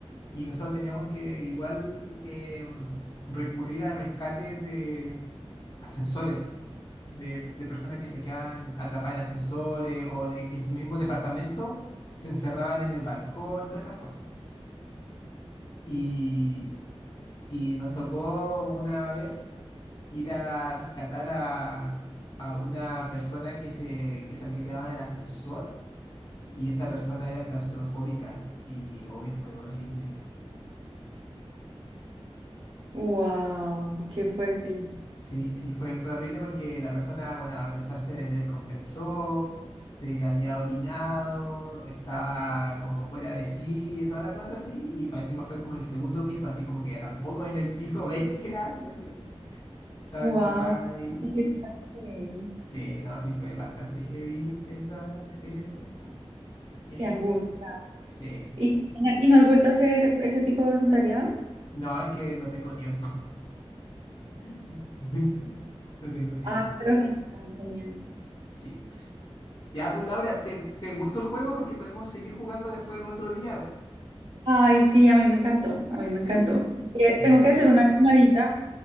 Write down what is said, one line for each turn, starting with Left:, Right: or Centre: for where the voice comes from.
Left: Y nosotros teníamos que igual em, recurrir a rescates de ascensores de, de personas que se quedaban atrapadas en ascensores o de que en su mismo departamento se encerraban en el balcón, todas esas cosas. Y, y nos tocó una vez ir a rescatar a, a una persona que se, que se había quedado en el ascensor y esta persona era claustrofóbica y hoy fue horrible.
Right: Wow, qué fuerte.
Left: Sí, sí, fue, fue horrible porque la persona, bueno, a pesar se descompensó, se había orinado, estaba como fuera de sí, y toda la cosa así, y para encima fue como en el segundo piso, así como que ya tampoco en el piso 20, era, sino que estaba
Right: Wow,
Left: encerrada ahí.
Right: qué fuerte.
Left: Sí, no, sí fue bastante heavy esa experiencia. Y
Right: Qué
Left: ahí,
Right: angustia.
Left: sí,
Right: ¿Y, y no has vuelto a hacer ese tipo de voluntariado?
Left: no, es que no tengo tiempo. <laughs> No tengo tiempo.
Right: ah, pero genial, genial.
Left: Sí. Ya, pues Laura, ¿te, te gustó el juego? Porque podemos seguir jugando después otro día,
Right: Ay, sí, a mí me encantó, a mí me
Left: ¿sí?
Right: encantó. Eh,
Left: Ya,
Right: Tengo que hacer una llamadita